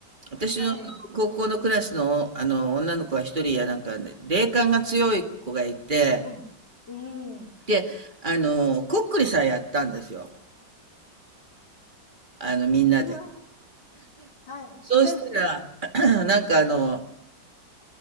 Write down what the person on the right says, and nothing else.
私の高校のクラスの、
あの女の子が一人やなんかで霊感が強い子がいて、
で、あの、こっくりさんやったんですよ。あの、みんなで。
そうしたら、<clears throat> なんかあの、